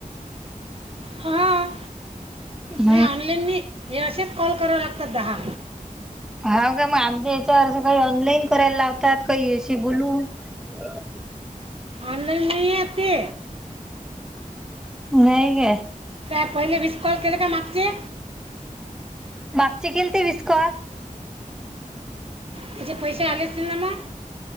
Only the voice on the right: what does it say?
हां
नाही ऑनलाईन म हे असेच कॉल कराला लागतात दहा
ऑनलाईन नाही येत ते
ते पहिले विस कॉल केले काय मागचे
त्याचे पैसे आलेतील ना मग